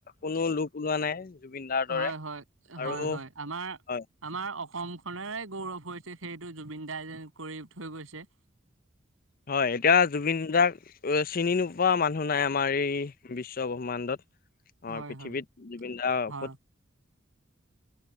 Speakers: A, on the left; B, on the right.
A: কোনো লোক ওলোৱা নাই জুবিন দাৰ দৰে
B: হয় হয় হয়
A: আৰু
B: হয় আমাৰ
A: হয়
B: আমাৰ অসমখনৰে গৌৰৱ হৈছে সেইটো জুবিন দাই যেন কৰি থৈ গৈছে।
A: হয়, এতিয়া জুবিন দাক চিনি নোপোৱা মানুহ নাই আমাৰ এই বিশ্ব ব্ৰহ্মাণ্ডত। আমাৰ
B: হয়
A: পৃথিৱীত
B: হয়
A: জুবিনদাৰ
B: হয়
A: ওপৰত